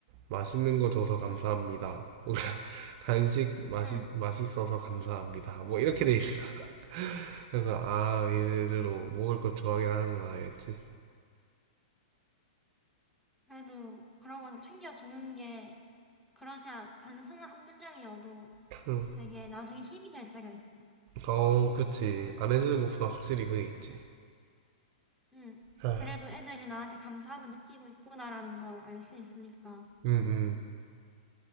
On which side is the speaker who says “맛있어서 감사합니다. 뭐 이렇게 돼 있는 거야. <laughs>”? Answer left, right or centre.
Right